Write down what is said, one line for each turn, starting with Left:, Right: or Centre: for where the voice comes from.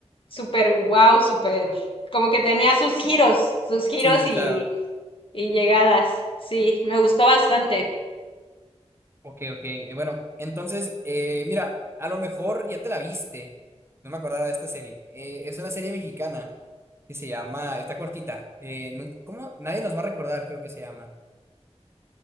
Left: súper wow, súper, como que tenía sus giros, sus giros
Right: Sí,
Left: y,
Right: claro.
Left: y llegadas. Sí, me gustó bastante.
Right: Ok, ok. eh, Bueno, entonces, eh, mira, a lo mejor ya te la viste. No me acordaba de esta serie. Eh, es una serie mexicana que se llama, está cortita. eh, nun- ¿cómo? Nadie nos va a recordar, creo que se llama.